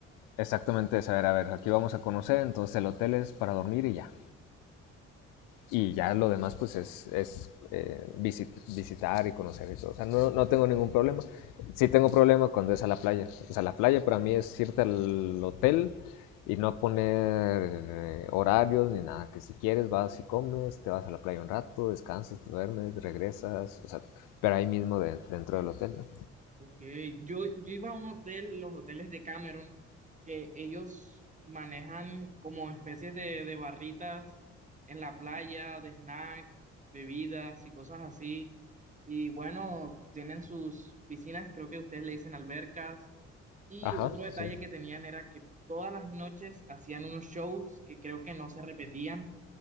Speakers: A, on the left (about 65°); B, on the right (about 20°).
A: exactamente, es, a ver, a ver, aquí vamos a conocer, entonces el hotel es para dormir y ya. y ya lo demás pues es, es eh, visit, visitar y conocer y todo. O sea, no, no, tengo ningún problema. Sí tengo problema cuando es a la playa. O sea, la playa para mí es irte al hotel y no poner eh, horarios ni nada. Que si quieres vas y comes, te vas a la playa un rato, descansas, te duermes, regresas. O sea, pero ahí mismo de, dentro del hotel. ¿no?
B: Okay. Yo, yo iba a un hotel, los hoteles de Cameron, que ellos manejan como especies de, de barritas en la playa, de snacks, bebidas y cosas así. Y bueno, tienen sus piscinas, creo que ustedes le dicen albercas, Y
A: Ajá,
B: otro detalle
A: sí.
B: que tenían era que todas las noches hacían unos shows que creo que no se repetían.